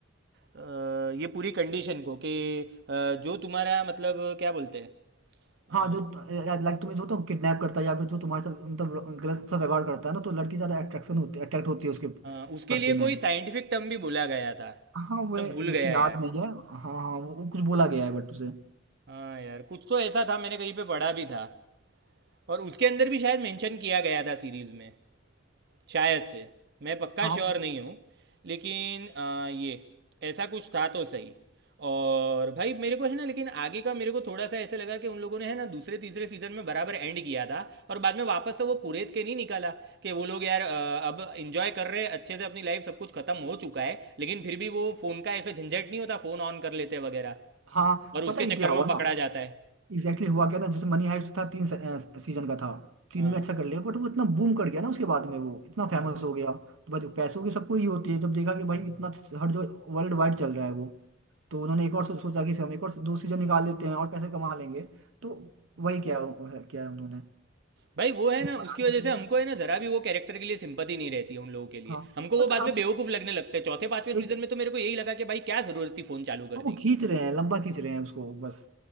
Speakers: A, on the right (about 55°); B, on the right (about 85°).
A: अ, ये पूरी कंडीशन को कि अ, जो तुम्हारा मतलब क्या बोलते हैं हाँ
B: हाँ जो लाइक तुम्हें जो तो किडनैप करता है या फिर जो तुम्हारे साथ मतलब गलत सा व्यवहार करता है ना तो लड़की ज्यादा अट्रैक्शन होती अट्रैक्ट होती है उसके
A: हाँ, उसके
B: प्रति
A: लिए कोई
B: में
A: साइंटिफिक टर्म भी बोला गया था
B: हाँ वो
A: मैं
B: ऐसे
A: भूल गया
B: याद
A: यार
B: नहीं है हाँ हाँ वो वो कुछ बोला गया है बट उसे
A: हाँ यार कुछ तो ऐसा था मैंने कहीं पे पढ़ा भी था और उसके अंदर भी शायद मेंशन किया गया था सीरीज में शायद से मैं पक्का
B: हाँ
A: श्योर नहीं हूँ लेकिन अ, ये ऐसा कुछ था तो सही और भाई मेरे को है ना लेकिन आगे का मेरे को थोड़ा सा ऐसे लगा कि उन लोगों ने है ना दूसरे तीसरे सीजन में बराबर एंड किया था और बाद में वापस से वो कुरेद के नहीं निकाला कि वो लोग यार अ, अब इंजॉय कर रहे हैं अच्छे से अपनी लाइफ सब कुछ खत्म हो चुका है लेकिन फिर भी वो फोन का ऐसा झंझट नहीं होता फोन ऑन कर लेते हैं वगैरह
B: हाँ
A: और उसके
B: पता है
A: चक्कर
B: क्या हुआ
A: में वो
B: ना
A: पकड़ा जाता है
B: एग्जैक्टली हुआ क्या था जैसे मनी हाइस्ट था तीन सीजन का था तीन
A: हाँ
B: में अच्छा कर लिया बट वो इतना बूम कर गया ना उसके बाद में वो इतना फेमस
A: हाँ
B: हो गया तो भाई पैसों की सबको ही होती है जब देखा कि
A: हाँ
B: भाई इतना हर जो वर्ल्ड वाइड चल रहा है वो तो उन्होंने एक और सो- सोचा कि इसे हम एक और दो सीजन निकाल देते हैं और पैसे कमा लेंगे तो वही क्या क्या है उन्होंने
A: भाई वो है
B: बढ़ाने
A: ना उसकी वजह
B: के
A: से
B: लिए
A: हमको है ना जरा भी वो कैरेक्टर के लिए सिंपति नहीं रहती है उन लोगों के लिए
B: हाँ
A: हमको वो
B: पता
A: बाद
B: आप
A: में बेवकूफ लगने लगते हैं चौथे पांचवे
B: एक
A: सीजन में तो मेरे को यही लगा कि भाई क्या जरूरत थी फोन चालू करने
B: हाँ, वो खींच
A: की
B: रहे हैं लंबा खींच रहे हैं उसको बस